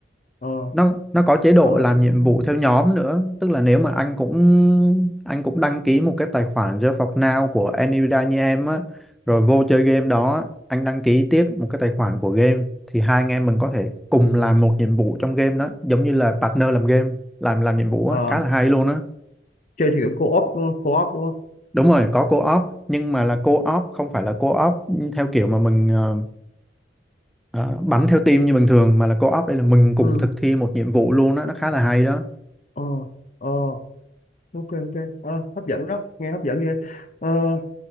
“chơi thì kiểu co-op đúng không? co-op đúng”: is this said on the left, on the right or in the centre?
Left